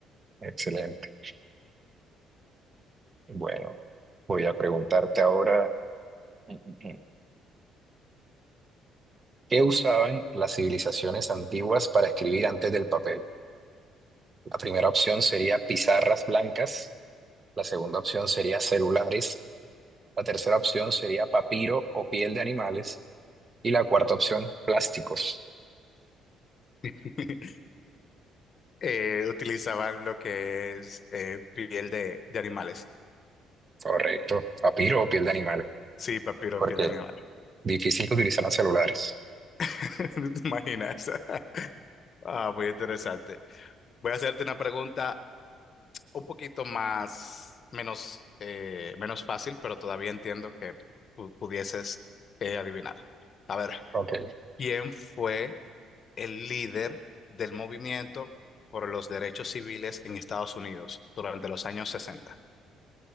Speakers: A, on the right; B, on the left.
A: Excelente. Bueno. Voy a preguntarte ahora, mm, mm, mm, ¿qué usaban las civilizaciones antiguas para escribir antes del papel? La primera opción sería pizarras blancas, la segunda opción sería celulares, la tercera opción sería papiro o piel de animales y la cuarta opción, plásticos.
B: <laughs> Eh, utilizaban lo que es eh, piel de, de animales.
A: Correcto, papiro o piel de animales,
B: Sí, papiro,
A: porque
B: piel de animales.
A: difícil que utilizaran celulares.
B: <laughs> ¿No te imaginas? <laughs> Ah, muy interesante. Voy a hacerte una pregunta un poquito más, menos, eh, menos fácil, pero todavía entiendo que pu- pudieses eh, adivinar. A ver,
A: Ok,
B: ¿quién fue el líder del movimiento por los derechos civiles en Estados Unidos durante los años 60?